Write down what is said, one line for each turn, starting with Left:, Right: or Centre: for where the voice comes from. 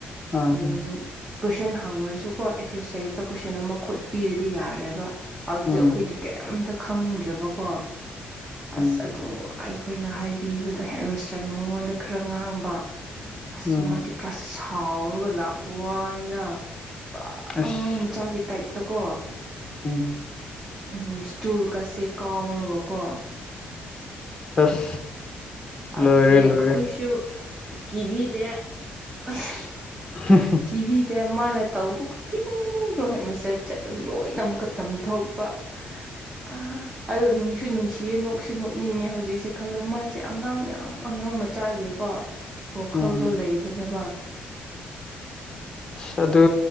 Left: ꯑꯥ
Right: ꯎꯝ
Left: ꯍ꯫
Right: ꯀꯣꯏꯁꯟ ꯍꯪꯉꯨꯔꯁꯨ ꯀꯣ ꯑꯦꯛꯁꯔꯁꯥꯏꯁꯇ ꯀꯣꯏꯁꯟ ꯑꯃ ꯈꯣꯠꯄꯤꯔꯗꯤ ꯌꯥꯔꯦꯕ꯫ ꯑꯗꯨꯗ
Left: ꯎꯝ
Right: ꯑꯩꯈꯣꯏꯗꯤ ꯀꯩꯝꯇ ꯈꯪꯗ꯭ꯔꯦꯕꯀꯣ ꯑꯁ
Left: ꯎꯝ
Right: ꯑꯗꯨ ꯑꯩꯈꯣꯏꯅ ꯍꯥꯏꯕꯤꯕꯗ ꯍꯦꯠꯃꯥꯁꯇꯔꯅ ꯃꯉꯣꯟꯗ ꯈꯔ ꯉꯥꯡꯕ ꯑꯁ
Left: ꯎꯝ
Right: ꯃꯥꯗꯤ ꯀ꯭ꯂꯥꯁ ꯁꯥꯎꯔꯒ ꯂꯥꯛꯄ ꯋꯥꯅꯤꯗ ꯄꯨꯔꯥ
Left: ꯑꯁ
Right: ꯑꯉꯥꯡ ꯃꯆꯥꯒꯤ ꯇꯥꯏꯞꯇꯀꯣ꯫
Left: ꯎꯝ꯫
Right: ꯎꯝ ꯁ꯭ꯇꯨꯜ ꯀꯁꯦ ꯀꯥꯎꯔꯒ ꯀꯣ꯫
Left: ꯑꯁ꯫
Right: ꯑꯗꯨꯗꯤ
Left: ꯂꯣꯏꯔꯦ ꯂꯣꯏꯔꯦ
Right: ꯑꯩꯈꯣꯏꯁꯨ ꯀꯤꯕꯤꯗꯦ <unintelligible>
Left: ꯍ꯫
Right: ꯀꯤꯕꯤ ꯇꯦ ꯃꯥꯅ ꯇꯧꯕ ꯈꯨꯗꯤꯡꯗꯣ ꯍꯦꯠꯃꯁꯇꯔ ꯆꯠꯂꯒ ꯂꯣꯏꯅ ꯑꯃꯨꯛꯀ ꯇꯝꯊꯣꯛꯄ꯫ ꯑ ꯑꯗꯣ ꯅꯨꯡꯁꯨ ꯅꯨꯡꯁꯤꯌꯦ ꯅꯣꯛꯁꯨ ꯅꯣꯛꯅꯤꯡꯉꯦ ꯍꯧꯖꯤꯛꯁꯦ ꯈꯜꯂꯣ ꯃꯥꯁꯦ ꯑꯉꯥꯡ ꯌꯥꯝ ꯑꯉꯥꯡ ꯃꯆꯥꯒꯤꯀꯣ ꯋꯥꯈꯜꯗꯣ
Left: ꯎꯝ
Right: ꯂꯩꯕꯅꯦꯕ꯫
Left: ꯑꯁ ꯑꯗꯨ